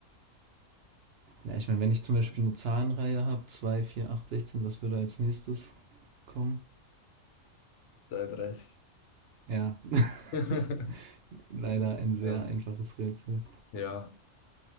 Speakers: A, on the right; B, on the left.
A: Ja, ich meine, wenn ich zum Beispiel eine Zahlenreihe habe, zwei vier acht sechzehn was würde als nächstes kommen?
B: 33.
A: Ja, <laughs>
B: <laughs>
A: das ist leider ein sehr
B: Ähm,
A: einfaches Rätsel.
B: ja,